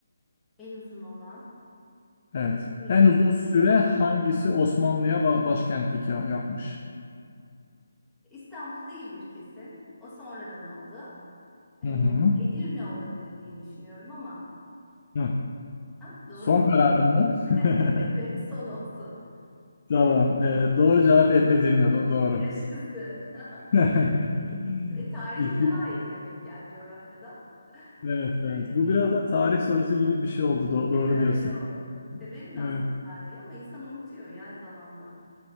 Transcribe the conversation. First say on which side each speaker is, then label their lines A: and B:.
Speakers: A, in the centre; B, on the left.
A: En uzun olan
B: Evet.
A: Edirne
B: En
A: mi
B: uzun süre
A: acaba?
B: hangisi Osmanlı'ya ba- başkentlik ya- yapmış?
A: İstanbul değildir kesin. O sonradan oldu. Ee,
B: Hı hı.
A: Edirne olabilir diye düşünüyorum ama.
B: Hı.
A: Ha, doğru
B: Son
A: mu?
B: kararın mı? <laughs>
A: <laughs> Evet, son olsun.
B: Tamam. Ee, doğru cevap Ed- Edirne. Do- doğru.
A: Yaşasın. <laughs>
B: <laughs>
A: E, tarihim
B: İki.
A: daha iyi demek yani coğrafyada.
B: Evet evet.
A: Öyle
B: Bu
A: diyeyim
B: biraz da
A: şimdi
B: tarih sorusu gibi bir şey oldu. Do- doğru
A: değil mi?
B: diyorsun.
A: Öyle oldu. Severim aslında
B: Evet.
A: tarihi ama insan unutuyor ya zamanla.